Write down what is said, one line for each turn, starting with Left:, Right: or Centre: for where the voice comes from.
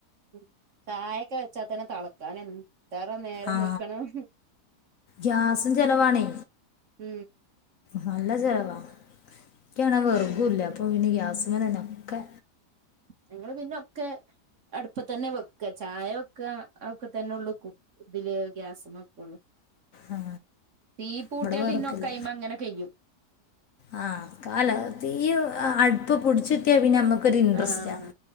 Right: ഉം ചായക്കെ വെച്ചാ തന്നെ തളക്കാൻ എ ത്തറ നേരം
Left: ആ
Right: നിക്കണം
Left: ഗ്യാസും ചിലവാണേ
Right: ഉം.
Left: നല്ല ചെലവാ ഇക്കി അങ്ങനെ വെർകുല്ല അപ്പൊ പിന്നെ ഗ്യാസ്മലന്നെ ഒക്കെ
Right: ഞങ്ങള് പിന്നെ ഒക്കെ അടുപ്പത്തന്നെ വെക്ക ചായ വെക്ക അതൊക്കെ തന്നെ ഒള്ളൂ കു ഇതില് ഗ്യാസ്മ വെക്കോള്ളൂ
Left: ആ
Right: തീ പൂട്ടിയാ
Left: ഇവിടെ വിറകില്ല
Right: പിന്നെ ഒക്ക അയ്മ അങ്ങന കയ്യും
Left: ആ കാല തീ അട്പ്പ് പുട്ചിട്ടിയ പിന്നെ നമ്മക്കൊര് ഇൻട്രസ്റ്റാ
Right: ആഹ്